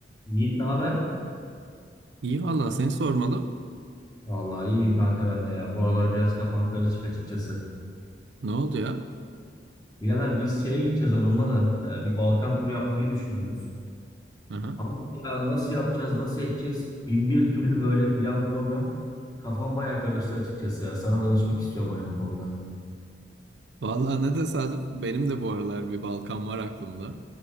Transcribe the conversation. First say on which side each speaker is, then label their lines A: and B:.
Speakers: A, on the left; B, on the right.
A: Yiğit ne haber?
B: İyi valla seni sormalı.
A: Vallahi iyiyim kanka ben de ya. Bu aralar biraz kafam karışık açıkçası.
B: Ne oldu ya?
A: Birader biz şeye gideceğiz hanımla da e, bir Balkan turu yapmayı düşünüyoruz.
B: Aha.
A: Ama ya nasıl yapacağız, nasıl edeceğiz? Bin bir türlü böyle plan program. Kafam bayağı karıştı açıkçası ya. Sana danışmak istiyorum hani bu konuda.
B: Valla ne tesadüf. Benim de bu aralar bir Balkan var aklımda.